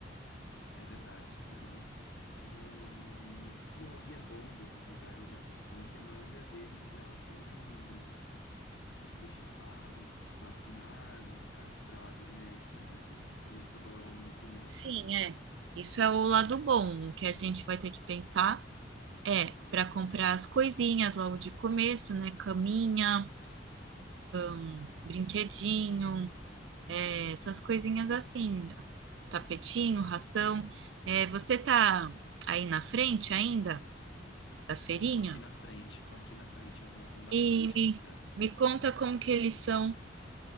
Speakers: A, on the left; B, on the right.
A: É verdade, aham. E, e, ó, e é bom desses lugares de adoção que a maioria deles já vem microchipados, vacinados e castrados, né? A gente não vai ter esse custo agora logo no começo.
B: Sim, é. Isso é o lado bom, o que a gente vai ter que pensar é para comprar as coisinhas logo de começo, né? Caminha, hum, brinquedinho, é, essas coisinhas assim, tapetinho, ração. É, você tá aí na frente ainda da feirinha?
A: Tô, tô aqui na frente, tô aqui na frente, aham, tem bastante
B: E me,
A: ainda.
B: me conta como que eles são.